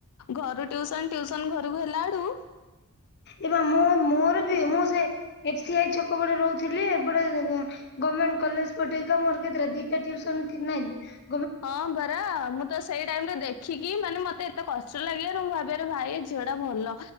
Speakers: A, on the left; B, on the left.
A: ଘରୁ ଟ୍ୟୁସନ ଟ୍ୟୁସନ ଘରକୁ ହେଲାଉଳୁ
B: ଏ ପା ମୋ ମୋର ବି ମୁଁ ସେ ଏସି ଆଇ ଛକ ପଟେ ରହୁଥିଲି ଏପଟେ ଗର୍ମେଣ୍ଟ କଲେଜ ପଟେ ତ ମୋର କେତେଟା ଦିଇଟା ଟ୍ୟୁସନ୍ ନା କି
A: ହଁ ପରା ମୁଁ ତ ସେଇ ଟାଇମ୍ ରେ ଦେ ଖିକି ମାନେ ମତେ ଏତେ କଷ୍ଟ ଲାଗିବାରୁ ମୁଁ ଭାବେ ଆରେ ଭାଇ ଏ ଝିଅ ଟା ଭଲ